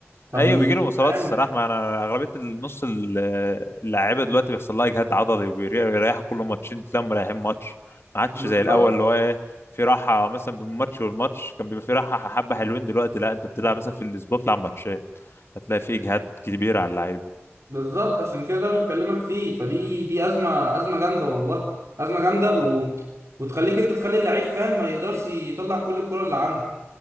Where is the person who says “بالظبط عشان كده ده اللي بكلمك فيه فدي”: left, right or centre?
Right